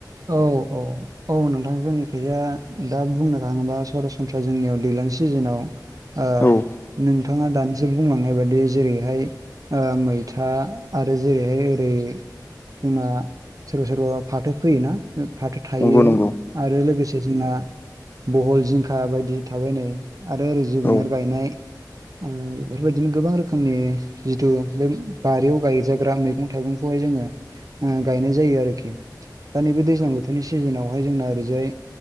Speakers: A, on the right; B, on the left.
A: औ औ औ औ औ नोंथां जोंनि खोजा दा बुंनो थाङोबा सरासनस्रा जोंनियाव दैज्लां सिजोनाव ओ
B: औ औ
A: नोंथाङा दानिसो बुंलांनाय बाददि जेरैहाय ओ मैथा आरो जेरैहाय ओरै ना सोरबा सोरबा फाथो फैयोना फाथो थायो
B: नंगौ नंगौ
A: आरो लोगोसे जोंना बहल जिंखा बायदि थाबाय नै आरो ओरै जोगोनार
B: औ
A: गायनाय ओ बेफोरबायदिनो गोबां रोखोमनि जिथु बे बारियाव गायजाग्रा मैगं थाइगंखौहाय जोङो ओ गायनाय जायो आरोखि। दा नैबे दैज्लां
B: औ
A: बोथोरनि सिजोनावहाय जोंना ओरैजाय